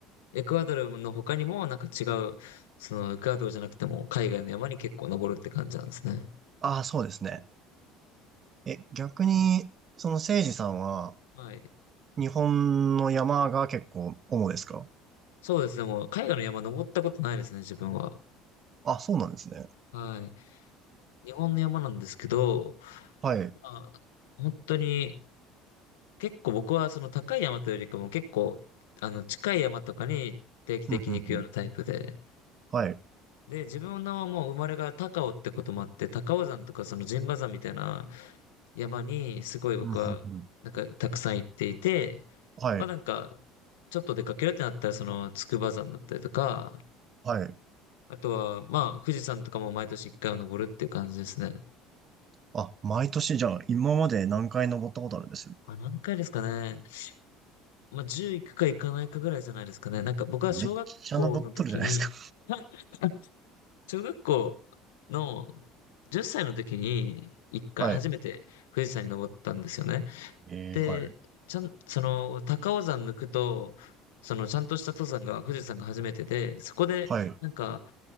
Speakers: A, on the left (about 90°); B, on the right (about 40°).
A: う、エクアドルの他にもなんか違う、そのエクアドルじゃなくても海外の山に結構登るって感じなんですね。
B: ああ、そうですね。え、逆に、その誠司さんは、
A: はい。
B: 日本の山が結構主ですか
A: そうですね。もう海外の山登ったことないですね、自分は。
B: あ、そうなんですね。
A: はい。日本の山なんですけど、
B: はい。
A: まあ、本当に、結構僕はその高い山というよりかも結構、あの、近い山とかに定期的に行くようなタイプで、
B: ふんふんふん。はい。
A: で、自分のもう生まれが高尾ってこともあって、高尾山とかその陣馬山みたいな山にすごい僕はなんかたくさん行っていて、
B: ふんふんふん。はい。
A: まあなんかちょっと出かけるってなったらその筑波山だったりとか、
B: はい。
A: あとはまあ富士山とかも毎年一回は登るっていう感じですね。
B: あ、毎年じゃあ、今まで何回登ったことあるんです
A: あ、何回ですかね。まあ10行くか行かないかぐらいじゃないですかね。なんか僕は小学校の時に、
B: めっちゃ登っとるじゃないですか。
A: <laughs> あ小学校の10歳の時に一回初めて富士山に登ったんですよね。
B: <laughs> はい。えー、
A: で、
B: はい。
A: ちゃん、その、高尾山抜くと、その、ちゃんとした登山が富士山が初めてで、そこで、
B: はい。う
A: なんか、